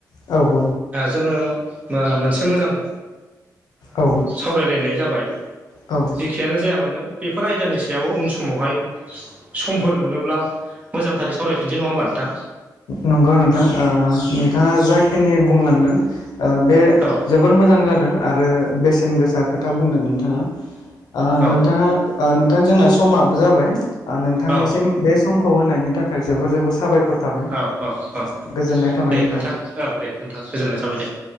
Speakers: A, on the left; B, on the right.
A: आग
B: जोङो मोनसे मोजां
A: औ
B: सावरायलायनाय जाबाय
A: औ
B: जखनो जाया मानो बेफोर आयदानि सायाव उन समावहाय समफोर मोनोब मोजांथार सावरायफिसै नङा ह होनबा नोंथां
A: नंगौ नोंथां नोंथाङा जाखिनि बुंलांदों बे
B: औ
A: जोबोर मोजां जादों आरो बेसेन गोसा खोथा बुंदों नोंथाङा
B: औ
A: नोंथाङा नोंथां जोंना समाबो जाबाय नोंथांनिसिम
B: औ
A: बे समखौ होनायनि थाखाय थाखाय जोबोर जोबोर साबायखर थाबाय
B: औ औ-औ
A: गोजोननाय थाबाय
B: दे
A: नोंथांसिम।
B: नोंथां औ दे नोंथां गोजोननाय थाबाय दे